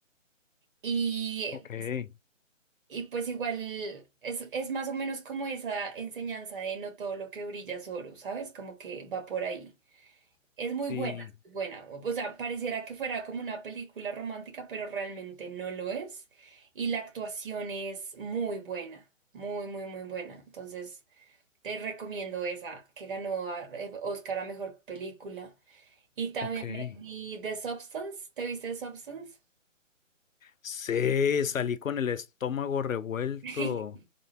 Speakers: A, on the right; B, on the left.
A: Y,
B: okay,
A: y pues igual es, es más o menos como esa enseñanza de no todo lo que brilla es oro, ¿sabes? Como que va por ahí. Es muy
B: sí,
A: buena, es muy buena. O o sea, pareciera que fuera como una película romántica, pero realmente no lo es. Y la actuación es muy buena, muy, muy, muy buena. Entonces... Te recomiendo esa, que ganó a- eh, Oscar a mejor película. Y también
B: okay.
A: me vi The Substance. ¿Te viste The Substance?
B: Sí, salí con el estómago revuelto
A: <laughs>